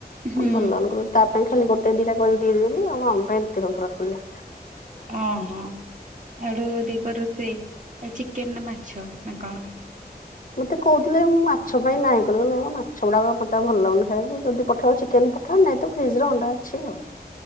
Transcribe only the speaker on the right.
ହୁଁ।
ଓ ହୋ ଆଡୁ ଦିପହର ରୋଷେଇ ଆଉ ଚିକେନ ନା ମାଛ ନା କଣ?